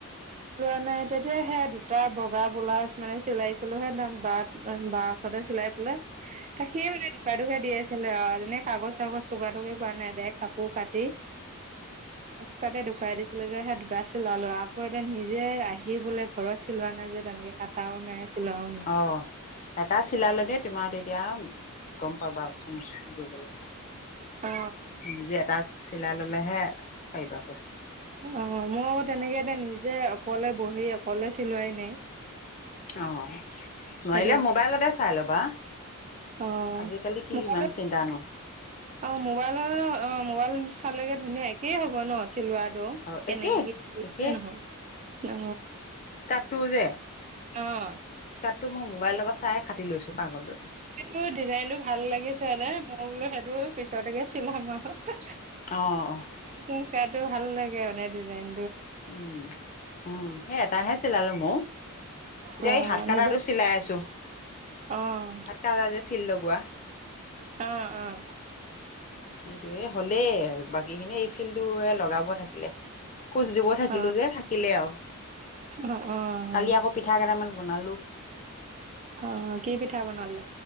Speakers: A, on the right; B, on the left.
A: মানে তেতিয়া সেয়া দুটা বগা ব্লাউজ মানে চিলাইছিলোহে, বাত বা ওচৰতে চিলাই পেলে তাক সিয়ে মানে ঢুকা দি আছিলে আৰু। এনে কাগজ-চাগজ টকা-টুকি কোৱা নাই। ডাইৰেক্ট কাপোৰ কাট টি তাতে দেখুৱাই দিছিলো যে, সেই দুটা চিলালো আৰু। আকৌ এতিয়া নিজে আহি বোলে ঘৰত চিলোৱা নাই যে, তেনেকে কাটাও নাই। চিলোৱাও নাই।
B: অ'। এটা চিলালে দেই। তোমাৰ তেতিয়া গম পাবা। উম। কি কৰিব লাগে।
A: অ
B: নিজে এটা চিলাই ল'লেহে পাৰিবা আকৌ।
A: অ মই আকৌ তেনেকে এতিয় নিজে অকলে বহি অকলে চিলোৱাই নাই।
B: অ' নোৱাৰিলে
A: সেইটো
B: মোবাইলতে চাই ল'বা।
A: অ'
B: আজিকালি কি
A: মোবাইলত,
B: ইমান চিন্তানো
A: অ' মোবাইলৰ অ' মোবাইল <unintelligible> চালেগে ধুনীয়া, একেই হ'ব ন? চিলোৱা দ
B: অঁ
A: কেনেকে
B: একেই
A: কি চিলাই
B: একেই
A: হয় নে নহয় অ
B: তো যে
A: অহ
B: তো মই মবাইলৰ পৰা চাইয়ে কাটি লৈছো কাগজত
A: সেইটো ডিজাইনটো ভাল লাগিছেে মানে মই বোলো সেইটো পিছতকে চিলাম আৰু হা
B: অ'।
A: হা মোৰ চাৰ্টো ভাল লাগে মানে ডিজাইন
B: উম উম সেই এটাহে চিলালো ময়ো এতিয়া
A: অ'
B: এই হাত কাটাতো
A: নিজৰ
B: চিলাই আছো
A: অ'
B: হাত কাটা যে ফিল লগোৱা
A: অ অ
B: এইটো এ হলেই বাকী খিনি এই ফিল্ডটো হে লগাব থাকিলে খোজ দিব থাকিলো
A: অ'
B: যে থাকিলে আও
A: অ' অ'
B: কালি আকৌ পিঠা কেইটামান বনালো
A: অ কি পিঠা বনালে